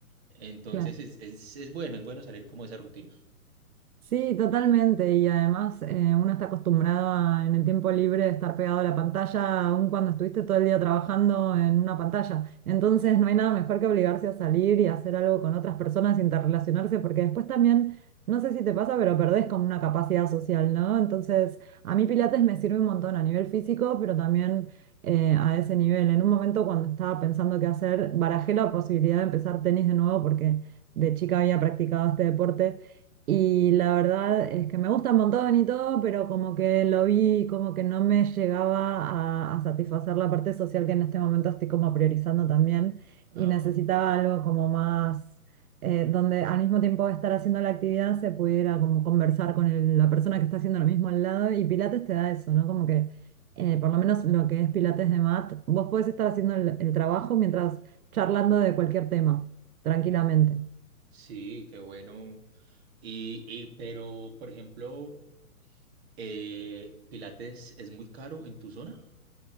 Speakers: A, on the right (about 45°); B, on the right (about 75°).
A: Entonces
B: claro.
A: es, es, es bueno, es bueno salir como de esa rutina.
B: Sí, totalmente. Y además eh, uno está acostumbrado a, en el tiempo libre de estar pegado a la pantalla, aun cuando estuviste todo el día trabajando en una pantalla. Entonces no hay nada mejor que obligarse a salir y hacer algo con otras personas, interrelacionarse, porque después también, no sé si te pasa, pero perdés como una capacidad social, ¿no? Entonces a mí Pilates me sirve un montón a nivel físico, pero también eh, a ese nivel. En un momento cuando estaba pensando qué hacer, barajé la posibilidad de empezar tenis de nuevo porque de chica había practicado este deporte. Y la verdad es que me gusta un montón y todo, pero como que lo vi, como que no me llegaba a, a satisfacer la parte social que en este momento estoy como priorizando también.
A: Ah,
B: Y necesitaba
A: ok.
B: algo como más, eh, donde al mismo tiempo de estar haciendo la actividad se pudiera como conversar con el- la persona que está haciendo lo mismo al lado. Y Pilates te da eso, ¿no? Como que, eh, por lo menos lo que es Pilates de mat, vos podés estar haciendo el el trabajo mientras charlando de cualquier tema, tranquilamente.
A: Sí, qué bueno. Y, y pero, por ejemplo, eh, Pilates es muy caro en tu zona.